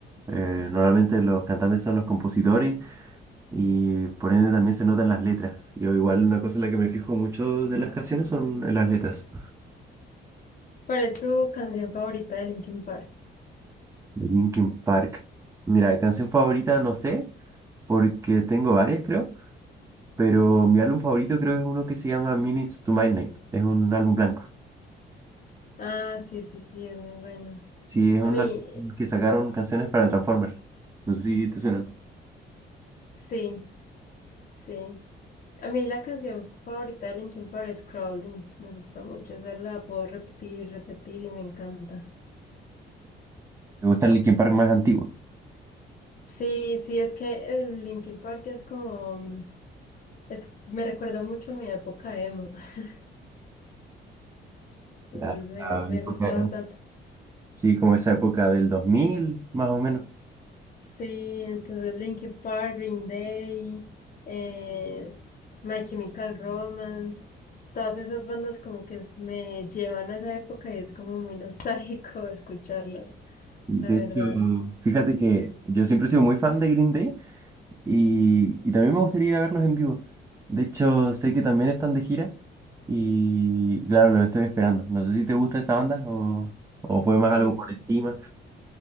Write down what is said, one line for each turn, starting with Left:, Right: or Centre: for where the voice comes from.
Right: Eh, normalmente los cantantes son los compositores Y por ende también se notan las letras. Yo igual una cosa en la que me fijo mucho de las canciones son en las letras.
Left: ¿Cuál es su canción favorita de Linkin Park?
Right: De Linkin Park. Mira, canción favorita no sé, porque tengo varias creo, pero mi álbum favorito creo que es uno que se llama Minutes to Midnight. Es un álbum blanco.
Left: Ah, sí, sí, sí, es muy bueno.
Right: Sí, es un
Left: A mí,
Right: álbum que sacaron canciones para Transformers. No sé si te suena.
Left: sí, sí. A mí la canción favorita de Linkin Park es Crawling, me gusta mucho, esa la puedo repetir y repetir y me encanta.
Right: Me gusta el Linkin Park más antiguo.
Left: Sí, sí, es que el Linkin Park es como, mm, es, me recuerda mucho a mi época emo, <laughs> entonces
Right: La,
Left: me,
Right: la
Left: me
Right: época,
Left: gusta bastante.
Right: sí, como esa época del 2000 más o menos.
Left: Sí, entonces Linkin Park, Green Day, eh, My Chemical Romance, todas esas bandas como que es- me llevan a esa época y es como muy nostálgico <laughs> escucharlas,
Right: De
Left: la verdad.
Right: hecho, fíjate que yo siempre he sido muy fan de Green Day. Y, y también me gustaría ir a verlos en vivo. De hecho, sé que también están de gira y claro, los estoy esperando. No sé si te gusta esa banda o, o fue más
Left: Sí.
Right: algo por encima.